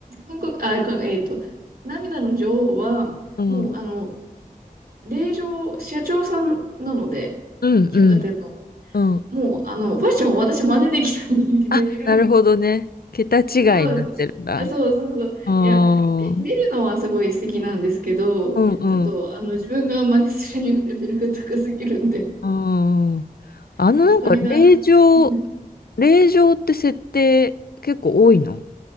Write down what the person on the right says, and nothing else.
韓国、あ、このえっと、涙の女王は、
もう、あの、令嬢、社長さんなので、
百貨店の。
もう、あの、ファッションを私真似できた <laughs> レベルの。
<laughs> そうなんです。あ、そうそうそう。
いや、み見るのはすごい素敵なんですけど、
ちょっと、
あの、自分が真似するにはレベルが高すぎるんで、ちょ
っとお金が、
<laughs>